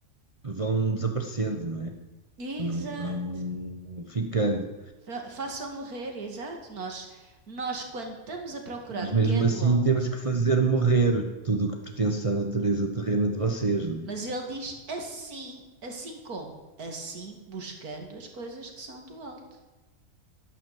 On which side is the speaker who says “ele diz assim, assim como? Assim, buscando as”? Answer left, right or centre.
Right